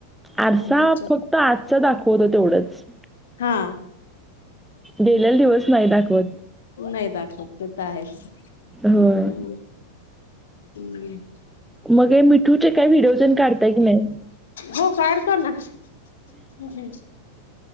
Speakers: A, in the centre; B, on the left (about 60°).
A: आरसा
B: हां, त्याच्यात
A: फक्त आजचा दाखवतो तेवढंच
B: हा
A: गेल्याल दिवस नाहीत दाखवत.
B: नाही दाखवत ते तर आहेच
A: होय
B: हं हं
A: मग मिठूचे काय व्हिडिओ तेन काढताय की नाही?
B: हो काढतो ना हं हं